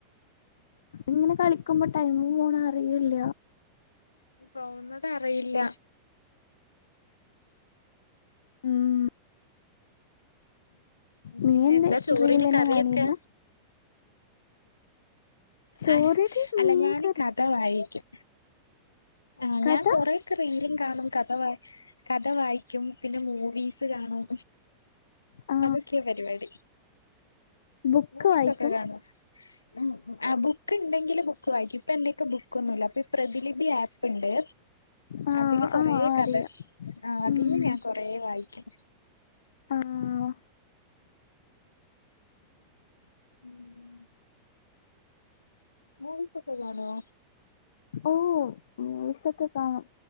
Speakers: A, on the left; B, on the left.
A: ഇങ്ങനെ കളിക്കുമ്പോ ടൈമ് പോണ് അറിയുല്ല.
B: പോകന്നത് അറിയില്ല
A: ഉം നീ
B: പിന്നെ
A: എന്ത്
B: എന്താ ചോറിന്
A: ഡ്രീൽ തന്നെ
B: കറിയൊക്കെ
A: കാണിരുന്നു. ചോറിന്
B: ആഹ്
A: മീൻകറി
B: അല്ല ഞാന് കഥ വായിക്കും ആഹ് ഞാൻ
A: കഥ
B: കൊറെയൊക്കെ റീലും കാണും കഥ വ കഥ വായിക്കും പിന്നെ മൂവീസ് കാണും.
A: ആ
B: അതൊക്കെയ പരിപാടി.
A: ബുക്ക്
B: മൂവീസൊക്കെ
A: വായിക്കും
B: കാണോ? ഉ ആ ബുക്ക് ഉണ്ടെങ്കില് ബുക്ക് വായിക്കും ഇപ്പ എന്റെക്കെ ബുക്കൊന്നുല്ല അപ്പൊ ഈ പ്രതിലിപി ആപ്പ് ഉണ്ട്.
A: ആ
B: അതില് കൊറ
A: ആ ആ,
B: കഥ
A: അറിയാം
B: ആഹ് അതിന്ന്
A: ഉം,
B: ഞാൻ കൊറെ വായിക്കും.
A: ആഹ്
B: ഉം മൂവിസൊക്കെ കാണോ
A: ഓഹ് മൂവിസൊക്കെ കാണും.